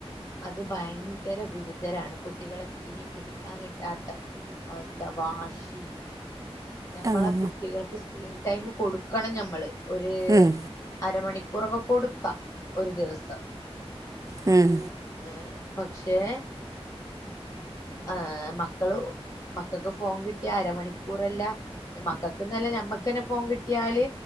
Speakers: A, on the left; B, on the right.
A: അത് ഭയങ്കര ഗുരുതരാണ് കുട്ടികളെ തീരിം പിടിക്കാൻ കിട്ടാത്ത അവസ്ഥ വാഷി ഞമ്മളെ
B: ആഹ്
A: കുട്ടികൾക്ക് സ്ക്രീൻ ടൈം കൊടുക്കണം ഞമ്മള് ഒര്
B: ഉം
A: അരമണിക്കൂറൊക്കെ കൊടുക്കാം ഒരു ദിവസം
B: ഹും
A: ഏ പക്ഷേ ആഹാ മക്കള് മക്കക്ക് ഫോൺ കിട്ടിയ അരമണിക്കൂറല്ല. മക്കൾക്ക്ന്നല്ല നഞമ്മക്ക്ന്നെ ഫോൺ കിട്ടിയാല്